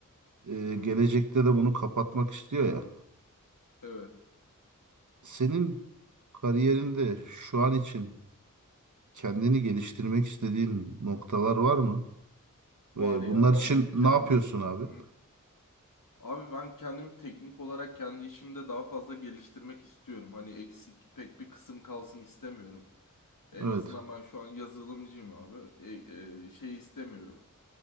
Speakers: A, on the right (about 65°); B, on the left (about 85°).
A: E,
B: Hı hı.
A: gelecekte de bunu kapatmak istiyor ya.
B: Evet.
A: Senin kariyerinde şu an için kendini geliştirmek istediğin noktalar var mı?
B: Var
A: Ve
B: ya
A: bunlar
B: ben
A: için ne
B: kendim
A: yapıyorsun abi?
B: Abi ben kendimi teknik olarak kendi işimde daha fazla geliştirmek istiyorum. Hani eksik pek bir kısım kalsın istemiyorum. En
A: Evet.
B: azından ben şu an yazılımcıyım abi. E, e, şey istemiyorum.